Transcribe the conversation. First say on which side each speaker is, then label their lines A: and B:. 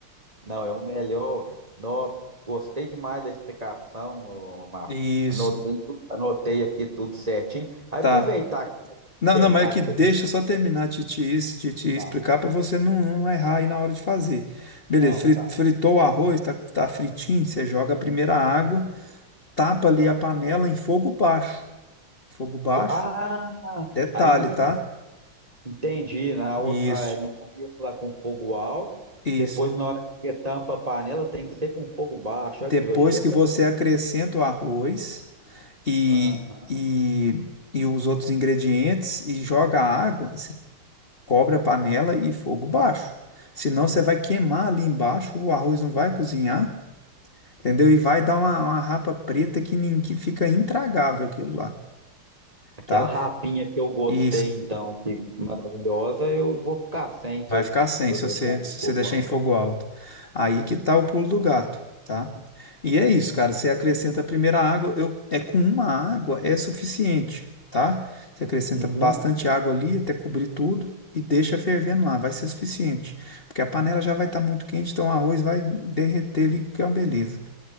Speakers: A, on the right; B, on the left.
A: Não, é o melhor. Não, gostei demais da explicação, ô, Márcio.
B: Isso,
A: Anotei, tu- anotei aqui tudo certinho. Aí
B: tá.
A: aproveitar que,
B: Não,
A: aproveitar
B: não, mas é que
A: que
B: deixa
A: você tá.
B: eu só terminar de te, is- de te explicar
A: tá.
B: para você não, não errar aí na hora de fazer. Beleza,
A: Não,
B: fri-
A: tá.
B: fritou o arroz, tá, tá fritinho, você joga a primeira
A: Uhum.
B: água, tapa ali a panela em fogo baixo. Fogo baixo,
A: Ah,
B: detalhe,
A: aí
B: tá?
A: entendi. Na outra,
B: Isso.
A: ah, é, no começo lá com fogo alto,
B: Isso.
A: depois na hora que você tampa a panela tem que ser com fogo baixo.
B: Depois
A: Olha pra você ver, eu já ia
B: que
A: fazer.
B: você acrescenta o arroz e,
A: Aham.
B: e, e os outros ingredientes e joga a água, você cobre a panela e fogo baixo. Senão você vai queimar ali embaixo, o arroz não vai cozinhar, entendeu? E vai dar uma, uma rapa preta que, nin- que fica intragável aquilo lá,
A: Aquela
B: tá?
A: rapinha que eu gostei,
B: E
A: então, que maravilhosa, eu vou ficar sem se
B: Vai
A: eu,
B: ficar sem
A: se eu
B: se
A: deixar
B: você,
A: pro
B: se
A: fogo
B: você deixar
A: alto.
B: em fogo alto. Aí que tá o pulo do gato, tá? E é isso, cara. Você acrescenta a primeira água, eu, é com uma água é suficiente, tá? Você acrescenta
A: Uhum.
B: bastante água ali até cobrir tudo e deixa fervendo lá, vai ser suficiente. Porque a panela já vai estar muito quente, então o arroz vai derreter ali, que é uma beleza,